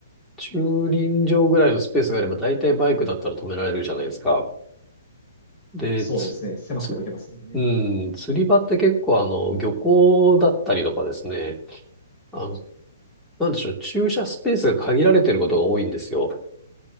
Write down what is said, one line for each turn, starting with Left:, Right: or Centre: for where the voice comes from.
Centre: 駐輪場ぐらいのスペースがあれば、
Left: あ、
Centre: 大体バイクだったら止められるじゃないですか。で、
Left: そうですね。
Centre: つ、
Left: 狭くても行けますもんね。
Centre: つ、うん、釣り場って結構あの、漁港だったりとかですね、あの、なんでしょう、駐車スペースが限られてることが多いんですよ。